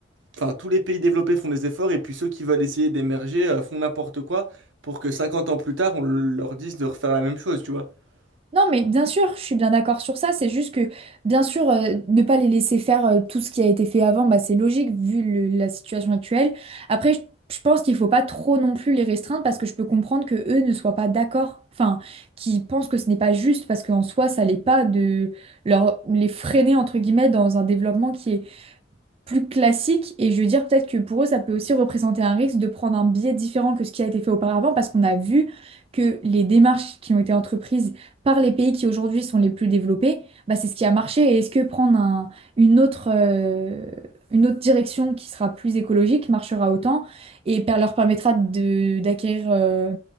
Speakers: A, on the right (about 80°); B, on the right (about 30°).
A: Enfin, tous les pays développés font des efforts et puis ceux qui veulent essayer d'émerger euh, font n'importe quoi pour que 50 ans plus tard, on leur dise de refaire la même chose, tu vois. <laughs>
B: Non, mais bien sûr, je suis bien d'accord sur ça. C'est juste que, bien sûr, euh, ne pas les laisser faire euh, tout ce qui a été fait avant, bah, c'est logique vu le- la situation actuelle. Après, je, je pense qu'il faut pas trop non plus les restreindre parce que je peux comprendre que eux ne soient pas d'accord, enfin, qu'ils pensent que ce n'est pas juste parce qu'en soi, ça l'est pas de leur les freiner entre guillemets dans un développement qui est plus classique et je veux dire peut-être que pour eux ça peut aussi représenter un risque de prendre un biais différent que ce qui a été fait auparavant parce qu'on a vu que les démarches qui ont été entreprises par les pays qui aujourd'hui sont les plus développés, bah c'est ce qui a marché et est-ce que prendre un- une autre, euh, une autre direction qui sera plus écologique marchera autant et per- leur permettra de, d'acquérir euh,